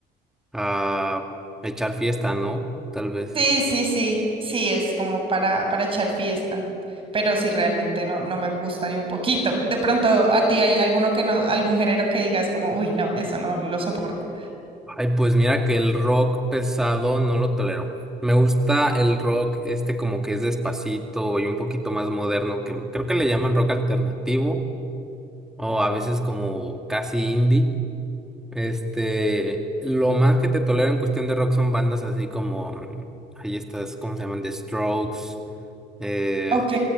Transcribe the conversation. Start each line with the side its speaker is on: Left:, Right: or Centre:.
Centre: a echar fiesta, ¿no? Tal vez.
Right: sí, sí, sí, sí, es como para, para echar fiesta, pero sí realmente no, no me gusta ni un poquito. De pronto, a ti hay alguno que no, algún género que digas como, uy, no, eso no lo soporto.
Centre: Ay, pues mira que el rock pesado no lo tolero. Me gusta el rock este como que es despacito y un poquito más moderno, que creo que le llaman rock alternativo o a veces como casi indie. Este, lo más que te tolero en cuestión de rock son bandas así como, mm, ay, estas, ¿cómo se llaman? The Strokes, eh,
Right: Ok.